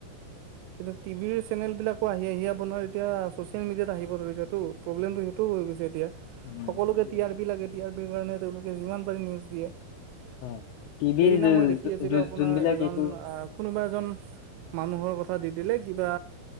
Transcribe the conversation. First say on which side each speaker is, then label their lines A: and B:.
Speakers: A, on the right (about 85°); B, on the left (about 80°).
A: এতিয়া টিভিৰ চেনেল বিলাকো আহি আহিয় বনোৱাৰ এতিয়া ছ'চিয়েল মিডিয়াত আহিব ধৰিছে এইটো প্ৰব্লেমটো সেইটোও হৈ গৈছে এতিয়া।
B: উম
A: সকলোকে
B: সেইটো
A: টি আৰ পি লাগে টি আৰ পিৰ কাৰণে তেওঁলোকে যিমান পাৰি নিউজ দিয়ে।
B: হয় টিভিৰ
A: সেইদিনা মই দেখি আছিলোঁ আপোনাৰ
B: যোনবিলাক
A: এজন
B: এইটো
A: আহ কোনোবা এজন মানুহৰ কথা দি দিলে কিবা